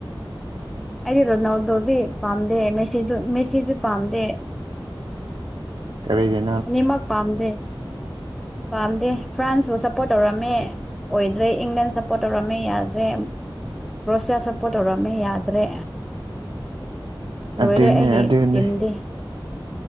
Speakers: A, in the centre; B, on the right.
A: ꯑꯩꯗꯤ ꯔꯣꯅꯥꯎꯗꯣꯗꯤ ꯄꯥꯝꯗꯦ ꯃꯦꯁꯤ ꯗꯨ ꯃꯦꯁꯤꯖꯨ ꯄꯥꯝꯗꯦ
B: ꯇꯔꯒꯦ
A: ꯑꯅꯤꯃꯛ ꯄꯥꯝꯗꯦ ꯄꯥꯝꯗꯦ ꯐ꯭ꯔꯥꯟꯁꯄꯨ ꯁꯞꯄꯣꯔꯠ ꯇꯧꯔꯝꯃꯦ ꯑꯣꯏꯗ꯭ꯔꯦ ꯏꯪꯂꯦꯟ ꯁꯞꯄꯣꯔꯠ ꯇꯧꯔꯝꯃꯦ ꯌꯥꯗ꯭ꯔꯦ ꯀ꯭ꯔꯣꯁꯤꯌꯥ ꯁꯞꯄꯣꯔꯠ ꯇꯧꯔꯝꯃꯦ ꯌꯥꯗ꯭ꯔꯦ ꯂꯣꯏꯔꯛꯑꯒꯦ
B: ꯑꯗꯨꯅꯦ ꯑꯗꯨꯅꯦ
A: ꯇꯤꯟꯗꯦ